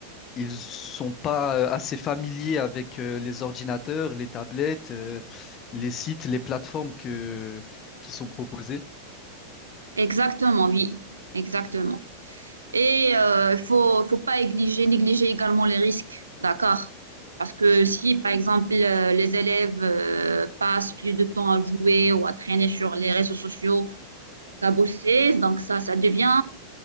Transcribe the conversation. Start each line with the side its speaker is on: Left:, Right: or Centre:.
Left: ils sont pas euh, assez familiers avec euh, les ordinateurs, les tablettes, euh, les sites, les plateformes que, qui sont proposées.
Right: exactement, oui, exactement. Et euh, il faut, il faut pas négliger, négliger également les risques, d'accord? Parce que si, par exemple, euh, les élèves euh, passent plus de temps à jouer ou à traîner sur les réseaux sociaux, cabossé. Donc, ça, ça devient